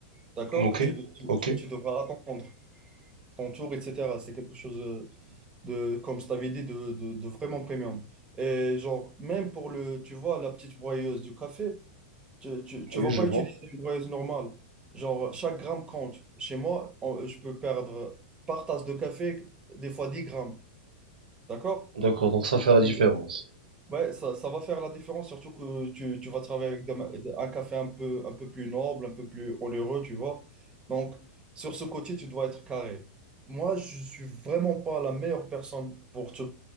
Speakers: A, on the right (about 20°); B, on the right (about 70°).
A: D'accord?
B: ok,
A: Et tu, de- tu,
B: ok,
A: tu- tu devras attendre ton tour, etc. C'est quelque chose de, comme je t'avais dit, de, de, de vraiment premium. Et genre, même pour le, tu vois, la petite broyeuse du café. Tu, tu, tu
B: oui,
A: vas
B: je
A: pas
B: vois.
A: utiliser une broyeuse normale. Genre, chaque gramme compte. Chez moi, on- je peux perdre par tasse de café, des fois 10 grammes. D'accord?
B: D'accord, donc ça fait la différence.
A: Et- Ouais, ça, ça va faire la différence, surtout que tu, tu vas travailler avec des ma- un café un peu, un peu plus noble, un peu plus onéreux, tu vois. Donc, sur ce côté, tu dois être carré. Moi, je suis vraiment pas la meilleure personne pour te,